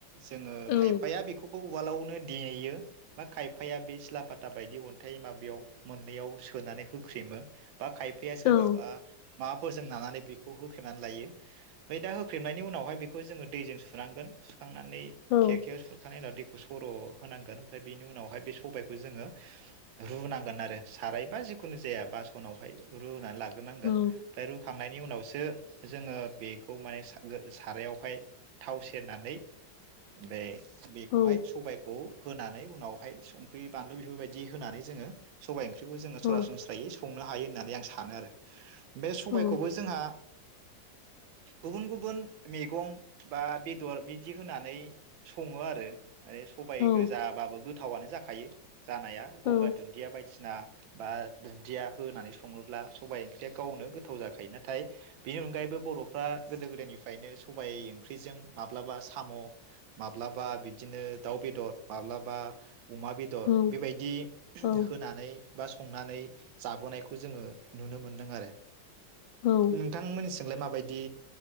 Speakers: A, on the right (about 85°); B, on the left (about 80°).
A: जोङो
B: औ
A: खायफाया बेखौ उवालावनो देयो बा खायफाया बे सिला फाता बायदि अन्थाइ माबायाव मोननैयाव सोनानै होख्रेमो। बा खायफाया सोरबाबा
B: औ
A: माबाफोरजों नानानै बेखौ खौ होख्रेमनानै लायो ओमफ्राय दा होख्रेमनायनि उनावहाय बेखौ जोङो दैजों सुनांगोन सुखांनानै
B: औ
A: खेरखायाव सुखांनाय उनाव दै सर‌ होनांगोन ओमफ्राय बेनि उनाव बे सबाइखौ जोङो रुनांगोन आरो साराय बा जेखुनुजाया बासनावहाय रुनानै लाग्रो नांगोन
B: औ
A: ओमफ्राय रुखांनायनि उनावसो जोङो बेखौ माने सारायावहाय थाव सेरनानै बे
B: औ
A: हाय सबायखौ होनानै उनावहाय संख्रि बानलु बेफोरबायदि होनानै जोङो सबाय ओंख्रि ख्रिखौ जो
B: औ
A: सरासनस्रायै संनो हायो होननानै आं सानो आरो बे सबायखौबो
B: औ
A: जोंहा गुबुन गुबुन मैगं बा बेदर बिदि होनानै सङो आरो सबाय
B: औ
A: गोजाबाबो गोथावआनो जाखायो थायो जानाया गंगार
B: औ
A: दुन्दिया बायदिसिना बा दुन्दिया होनानै सङोब्ला सबायाइ ओंख्रि गावनो गोथाव जाखायो नाथाय बेनि अनगायैबो बर'फ्रा गोदो गोदायनिफ्रायनो सबाइ ओंख्रिजों माब्लाबा साम' माब्लाबा बिदिनो दाउ बेदर माब्लाबा अमा बेदर
B: औ
A: बेबायदि
B: औ
A: होनानै बा संनानै जाबोनायखौ जोङो नुनो मोनदों आरो
B: औ
A: नोंथांमोननिसिम नोंलाय माबायदि